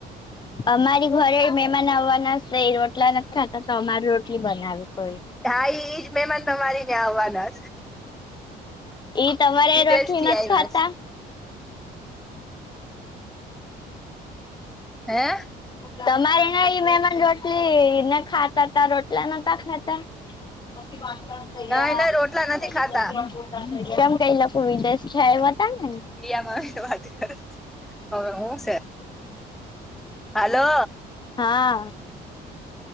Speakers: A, on the left; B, in the centre.
A: અમારી ઘરે મમાન આવવાના છે રોટલા-' ખાતા તમારી રોટલી બનાવી પડિ
B: હાાઈ એજ મહેમાન તમારી ત્યા આવવાના
A: ઈ તમારે
B: છે વિદેશ
A: રોટલી
B: થી
A: નથી
B: આવ્યા
A: ખાતા
B: છે હે
A: તમા તમારે નાં મહેમાન રોટલી ને ખાતા તા રોટલા નતા ખાતા પછી વાસણ કરી
B: ના
A: યા
B: એના રોટલા
A: પછી
B: નથી ખાતા
A: કચરા પોતા કેમ કઈ લોકો વિદેશ છે એ બ હતા નેને
B: પ્રિયા મા વાત કર હવે હું છે હાલો
A: હા